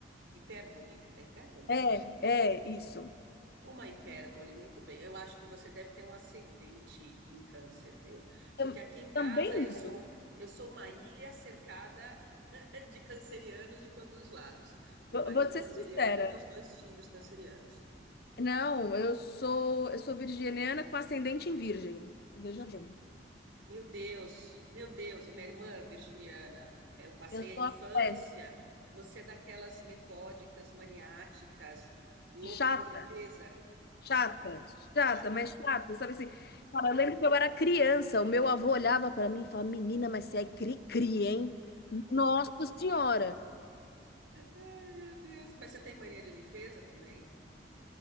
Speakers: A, on the right; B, on the left.
A: hipérbole. É hipérbole?
B: É, é, isso.
A: Uma hipérbole, muito bem. Eu acho que você deve ter um ascendente em câncer, viu?
B: Tam-
A: Porque aqui em casa
B: Também
A: eu
B: não.
A: sou eu sou uma ilha cercada <laughs> de cancerianos de todos os lados. Meu
B: Vou
A: marido
B: vou te ser
A: canceriano
B: sincera.
A: e meus dois filhos cancerianos.
B: Não, eu sou eu sou virginiana com ascendente em virgem. Veja bem.
A: Meu Deus, meu Deus, minha irmã virginiana, eu passei
B: Eu
A: a
B: sou
A: infância.
B: a peste.
A: Você é daquelas metódicas, maniáticas, louca
B: Chata,
A: por limpeza?
B: chata,
A: <laughs>
B: chata,
A: Chata.
B: mas chata, sabe assim? Cara, eu lembro que eu era criança, o meu avô olhava pra mim e falava: Menina, mas você é cri-cri, hein? Nossa Senhora!
A: Ai, meu Deus. Mas você tem mania de limpeza também?